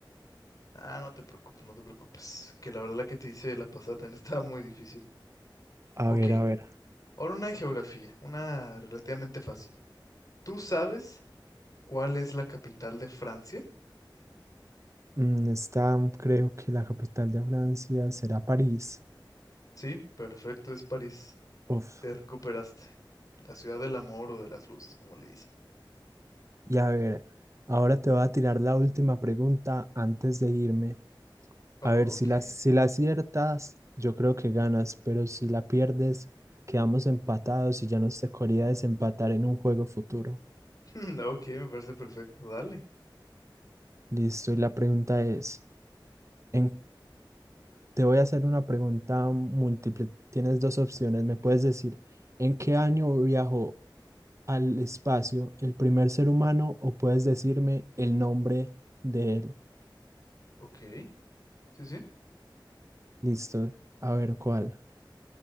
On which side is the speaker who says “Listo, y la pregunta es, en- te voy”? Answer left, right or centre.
Right